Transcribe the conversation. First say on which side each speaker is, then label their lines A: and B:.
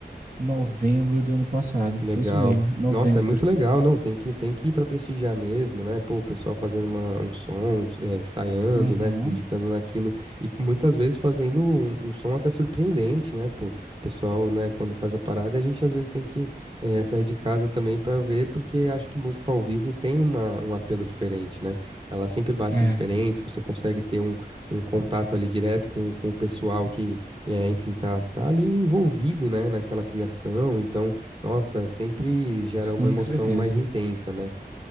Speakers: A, on the right; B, on the right.
A: novembro do ano passado.
B: Legal.
A: Foi isso mesmo, novembro.
B: Nossa, é muito legal, não, tem que, tem que ir para prestigiar mesmo, né? Pô, o pessoal fazendo uma, um som, é, ensaiando,
A: Uhum.
B: né? Se dedicando naquilo e muitas vezes fazendo um, um som até surpreendente, né? Pô, o pessoal, né, quando faz a parada, a gente às vezes tem que é, sair de casa também para ver, porque acho que música ao vivo tem uma, um apelo diferente, né? Ela sempre bate
A: É,
B: diferente, você consegue ter um, um contato ali direto com, com o pessoal que, é, enfim, tá, tá ali envolvido, né, naquela criação, então. Nossa, sempre gera
A: sim,
B: uma emoção
A: com certeza.
B: mais intensa, né?